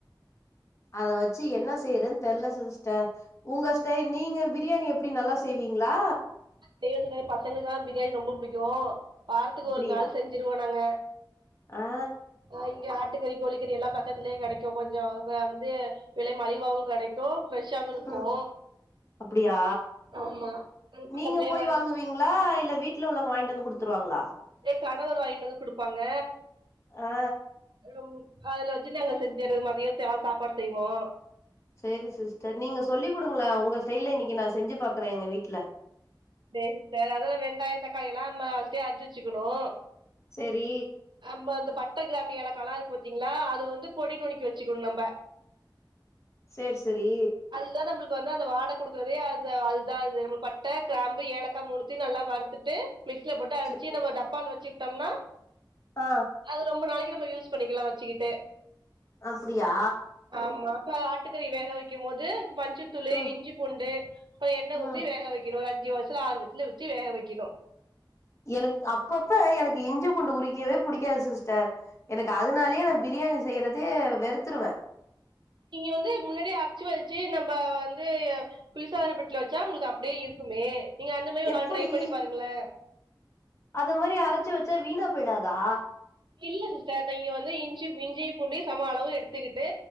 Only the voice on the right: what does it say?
செய்வ சிஸ்டர் பசங்களுக்குதா பிரியாணி ரொம்போ பிடிக்கோ வாரத்துக்கு
ஒரு நாள் செஞ்சிருவோ நாங்க
ஓ இங்க ஆட் ட்டுக்கறி கோழிக்கறி எல்லா பக்கத்துலயே கெடைக்கோ கொஞ்சோ வந்து விலை மலிவாவவு கடைக்கோ ஃப்ரெஷாவு இருக்கோ
ஆமா எங்க பக்கத்துலயே
வாங்கி
ஏ கணவர் வாங்கிட்டு வந்து குடுப்பாங்க
ம் அதுல வெச்சு நாங்க செஞ்சுறது மதியோ ச சாப்பாடு செய்வோ
செரி சிஸ்டர் அதா வெங்காயோ தக்காளி எல்லா ஃபர்ஸ்டே அறிஞ்சி வெச்சுக்கணோ
நம்ம அந்த பட்ட கிராமி யேலக்காலா இருக்கு பாாத்தீங்ளா அது வந்து பொடி நுனுக்கி வெச்சுக்கணு நம்ம
அதுதா நம்முளுக்கு வந்து அந்த வாட குடுக்குறதே அது அதுதா அது நம்ம பட்ட கிராம்பு ஏலக்கா மூனுத்தியு நல்லா வருத் துட்டு மிக்சில போட்டு அடிச்சு
நம்ம டப்பால வெச்சுட்டோம்னா
அது ரொம்ப நாளைக்கி நம்ம யூஸ் பண்ணிக்குலா வெச்சுக்கிட்டு
ஆமா அப்ப ஆட்டுக்கறி வேக வைக்கும் போது மஞ்சத்தூளு
இஞ்சி பூண்டு அப்றோ எண்ண
ஊத்தி வேக வைக்கணு ஒரு அஞ்சு விசிலு ஆறு விசிலு ச்சி வேக வெக்கணு
இங்க வந்து முன்னாடியே அரச்சு வெச்சு நம்ப வந்து குளிர்சாதான பெட்டில வெச்சா உங்கள்க்கு அப்டியே இருக்குமே நீங்க அந்த மாரி ஒரு
நாள் ட்ரை பண்ணி பாருங்கல
இல்ல சிஸ்டர் நீங்க வந்து இஞ்சி இஞ்சி புண்டயு சம அளவு எடுத்துக்கிட்டு